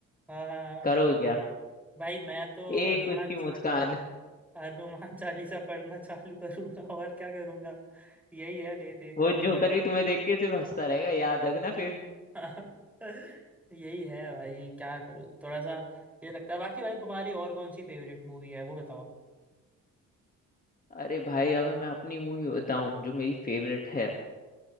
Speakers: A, in the centre; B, on the left.
A: हाँ हाँ हाँ।
B: करोगे क्या
A: भाई मैं तो
B: एक
A: हनुमान
B: उसकी मुस्कान
A: हनुमान चालीसा पढ़ना चालू करूंगा <laughs> और क्या करूंगा यही है ले दे
B: वो
A: का जो
B: जोकर
A: है
B: भी तुम्हें देख के सिर्फ हंसता रहेगा याद रखना फिर
A: <laughs> हाँ यही है भाई क्या करूँ थोड़ा सा ये लगता है बाकी भाई तुम्हारी और कौन सी फेवरेट मूवी है वो बताओ
B: अरे भाई अगर मैं अपनी मूवी बताऊं जो मेरी फेवरेट है